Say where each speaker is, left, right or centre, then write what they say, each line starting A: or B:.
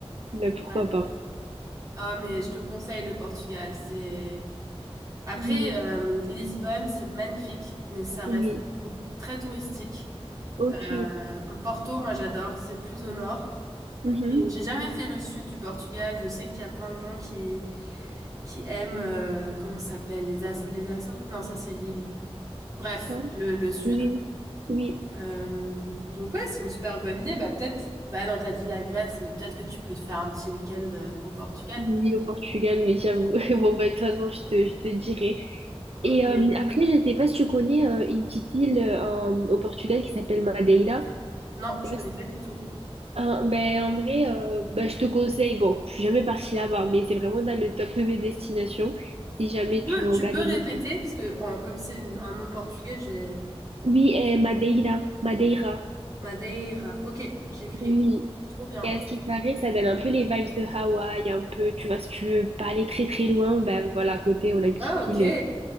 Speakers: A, on the right; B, on the right.
A: ben, pourquoi
B: Ouais.
A: pas.
B: Ah, mais je te conseille le Portugal. C'est... Après,
A: Oui,
B: euh, Lisbonne, c'est magnifique, mais ça
A: oui,
B: reste beaucoup, très touristique.
A: ok.
B: Euh, Porto, moi j'adore, c'est plus au nord.
A: Mhm.
B: Et j'ai jamais fait le sud du Portugal. Je sais qu'il y a plein de gens qui, qui aiment, euh, comment ça s'appelle, les, As- les Açores? Non, ça c'est l'île. Bref,
A: Hein
B: le, le sud.
A: Oui, oui.
B: Euh, donc ouais, c'est une super bonne idée. Bah peut-être, bah non, t'as dit la Grèce, mais peut-être que tu peux te faire un petit week-end euh, au Portugal.
A: Oui, au Portugal, mais j'avoue. <laughs> Bon, bah, de toute façon, je te, je te dirai.
B: Ok.
A: Et euh, après, je sais pas si tu connais euh, une petite île euh, au Portugal qui s'appelle Madeira.
B: Non,
A: Je
B: je
A: sais pas
B: connais
A: si-
B: pas du tout.
A: Ah, ben, en vrai, euh, ben, je te conseille. Bon, je suis jamais partie là-bas, mais c'est vraiment dans le top de mes destinations. Si jamais
B: Tu peux,
A: tu veux
B: tu
A: regarder
B: peux répéter,
A: des...
B: parce que en- comme c'est une- un nom portugais, j'ai
A: Oui, et Madeira. Madeira.
B: Madeira. Ok, j'écris.
A: Oui.
B: Trop bien.
A: Et à ce qui paraît, ça donne un peu les vibes de Hawaï, un peu, tu vois, si tu veux pas aller très très loin, ben voilà, à côté, on a une petite
B: Ah, ok.
A: île.